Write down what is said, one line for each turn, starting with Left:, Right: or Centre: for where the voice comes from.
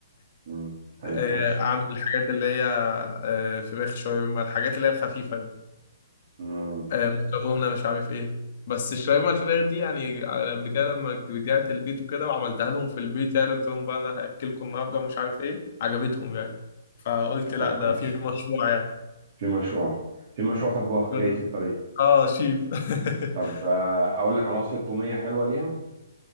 Right: امم طيب
Left: آه،
Right: ماشي
Left: اعمل الحاجات اللي هي آه، فراخ شاورما الحاجات اللي هي الخفيفه دي
Right: امم
Left: آه، مكرونه مش عارف ايه بس الشاورما الفراخ دي يعني قبل كده لما رجعت البيت وكده وعملتها لهم في البيت يعني قلت لهم بقى انا هاكلكم النهارده ومش عارف ايه عجبتهم يعني فقلت لا
Right: طب
Left: ده
Right: كويس
Left: في مشروع يعني
Right: في مشروع في مشروع طباخ
Left: <laughs>
Right: جاي في الطريق
Left: اه شيف <laughs>
Right: طب آه، اقول لك على وصفة تومية حلوة ليها